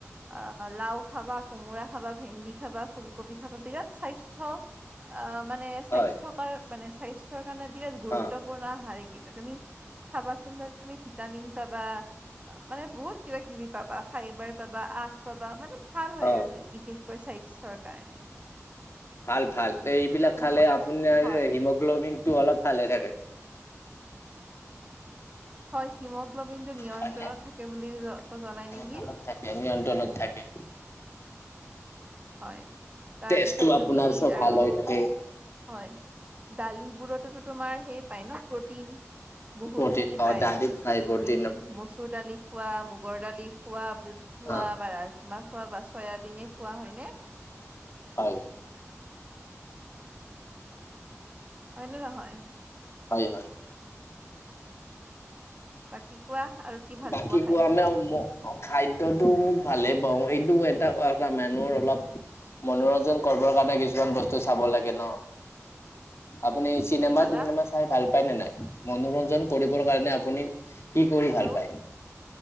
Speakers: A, on the right (about 25°); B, on the left (about 55°).
A: অঁ লাওঁ খাবা, কোমোৰা খাবা, ভেন্দি খাবা, ফুলকবি খাবা বিৰাট স্বাস্থ্য অঁ মানে স্বাস্থ্য
B: হয়
A: কাৰ মানে স্বাস্থ্যৰ কাৰণে বিৰাট গুৰুত্বপূৰ্ণ
B: অ
A: হাৰ কি তুমি খাবা চুন্দৰ তুমি ভিটামিন পাবা মানে বহুত কিবা কিবি পাবা ফাইবাৰ পাবা আহ পাবা মানে ভাল হয়
B: অ
A: আৰু বিশেষ কৈ স্বাস্থ্যৰ কাৰণে।
B: ভাল ভাল এইবিলাক
A: তুম
B: খালে আপোনাৰ
A: হয়
B: হিমোগ্ল'বিনটো অলপ ভালে থাকে।
A: হয় হিম- গ্লবিন টো নিয়ন্ত্ৰণত
B: হয়নে?
A: থাকে বুলি জনাই নেকি
B: নিয়ন্ত্ৰণত থাকে নিয়ন্ত্ৰণত থাকে
A: হয় তাৰপিছত
B: তেজটো আপোনাৰ
A: তুমি
B: চব
A: আৰু
B: ভাল হৈ থাকে।
A: হয় দালিবোৰতোতো তোমাৰ সেই পাই ন প্ৰ'টিন বহু
B: প্ৰটিন
A: খিনি
B: অ
A: পায়
B: দালিত পাই প্ৰটিন
A: তুমি মচুৰ দালি খোৱা মগৰ দালি খোৱা বুট খোৱা
B: অ
A: বা ৰাজমাহ খোৱা বা চয়াবিনে খোৱা হয়
B: হয়
A: হয়নে নহয়
B: হয় হয়
A: বাকী কোৱা আৰু কি ভাল
B: বাকী
A: পোৱা খাই
B: কোৱানে ম খাদ্যটো ভালে পাওঁ এইটো এটা এটা মানুহৰ অলপ মনোৰঞ্জন কৰিবৰ কাৰণে কিছুমান বস্তু চাব লাগে ন। আপুনি চিনেমা
A: কি ক'লা
B: তিনেমা চাই ভাল পাই নে নাই মনোৰঞ্জন কৰিবৰ কাৰণে আপুনি কি কৰি
A: হেল্ল'
B: ভাল পায়